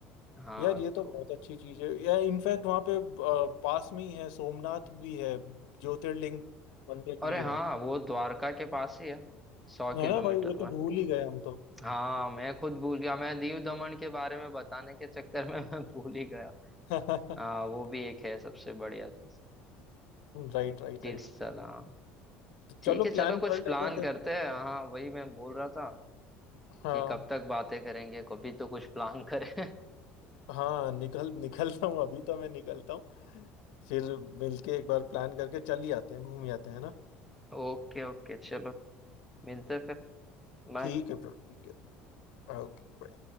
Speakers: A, in the centre; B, on the left.
A: हाँ
B: यार ये तो
A: तो
B: बहुत अच्छी चीज है यार इनफैक्ट वहाँ पे अ, पास में ही है सोमनाथ भी है ज्योतिर्लिंग मंदिर
A: अरे
B: भी
A: हाँ
B: है
A: वो द्वारका के पास ही है सौ
B: है
A: किलोमीटर
B: ना भाई वो
A: में
B: तो भूल ही गए हम तो
A: हाँ मैं खुद भूल गया मैं दीव दमन के बारे में बताने के चक्कर में मैं भूल ही गया
B: <laughs>
A: हाँ वो भी एक है सबसे बढ़िया चीज
B: Right right
A: तीर्थ
B: right
A: स्थल हाँ
B: तो
A: ठीक
B: चलो
A: है चलो
B: प्लान
A: कुछ
B: कर लेते
A: प्लान
B: हैं फिर
A: करते हैं हाँ वही मैं बोल रहा था
B: हाँ
A: कि कब तक बातें करेंगे कभी तो कुछ प्लान करें
B: हाँ निकल निकलता हूँ अभी तो मैं निकलता हूँ फिर मिलके एक बार प्लान करके चल ही आते हैं घूम ही आते हैं ना
A: <laughs> ओके ओके चलो मिलते हैं फिर बाय
B: ठीक है ब्रो ठीक है ओके